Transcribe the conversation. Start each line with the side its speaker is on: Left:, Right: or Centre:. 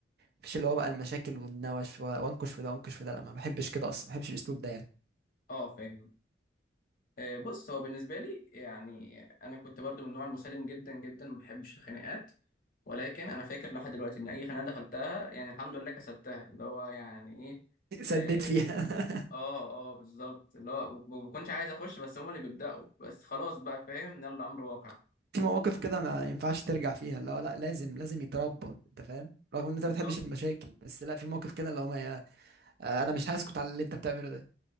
Right: مفيش اللي هو بقى المشاكل والنوش و- وانكش في ده وانكش في ده لا ما بحبش كده اصلا ما بحبش الاسلوب ده يعني
Left: اه فاهم آه، بص هو بالنسبه لي يعني انا كنت برضو من النوع المسالم جدا جدا ما بحبش الخناقات ولكن انا فاكر لحد دلوقتي ان اي خناقه دخلتها يعني الحمد لله كسبتها اللي هو يعني ايه
Right: <laughs> سديت
Left: إيه،
Right: فيها
Left: اه اه بالظبط اللي هو ما بكونش عايز اخش بس هم اللي بيبداوا بس خلاص بقى فاهم يلا امر واقع
Right: <laughs> في مواقف كده ما ينفعش ترجع فيها اللي هو لا لازم لازم يتربى انت فاهم رغم ان انت
Left: بالظبط
Right: ما بتحبش المشاكل بس لا في مواقف كده اللي هو ما ي- آه، انا مش هسكت على اللي انت بتعمله ده